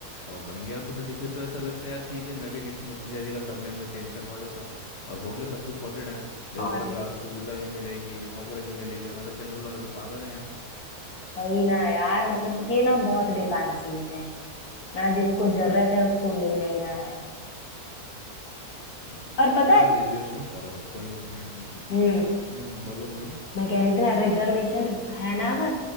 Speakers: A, on the left; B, on the left.
A: और बन गया आपका सर्टिफिकेट तो ऐसा लगता है यार ठीक है मैं भी किसी नजदीक का सरनेम में चेंज करवा लेता हूँ और हो गया सब कुछ सॉर्टेड है मेरे
B: और
A: को सरकार
B: नहीं तो
A: से सुविधा भी मिलेगी नौकरी भी मिलेगी यार मतलब जनरल वाले तो पागल है यार
B: वही ना यार मतलब ये ना बहुत बेकार चीज है ना जिसको जरूरत है उसको मिल नहीं रहा है
A: तो
B: और पता
A: अरे
B: है
A: रिजर्वेशन करो कोई मना ही नहीं है
B: हम्म
A: हम्म हम्म, बोलो बोलो
B: मैं कह रही थी ना रिजर्वेशन है ना अगर